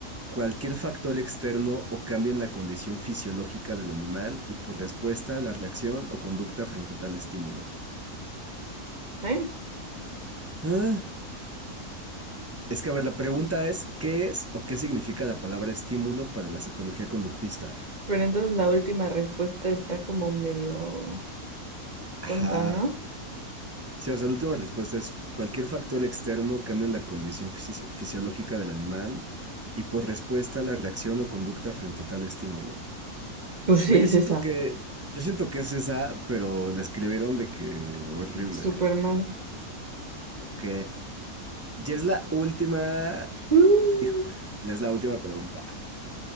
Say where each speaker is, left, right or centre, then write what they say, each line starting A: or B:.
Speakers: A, on the right; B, on the right.
A: cualquier factor externo o cambio en la condición fisiológica del animal y por respuesta a la reacción o conducta frente a tal estímulo.
B: ¿Eh?
A: ¿Ah? Es que, a ver, la pregunta es, ¿qué es o qué significa la palabra estímulo para la psicología conductista?
B: Pero entonces la última respuesta está como medio
A: Ajá.
B: tonta, ¿no?
A: Sí, o sea, la última respuesta es cualquier factor externo cambia en la condición fisi- fisiológica del animal y por respuesta la reacción o conducta frente a tal estímulo.
B: Pues sí,
A: Güey,
B: es
A: yo siento
B: esa.
A: que, yo siento que es esa, pero la escribieron de que horrible.
B: Súper mal.
A: Ok. Ya es la última,
B: Uh.
A: híjole, ya es la última pregunta.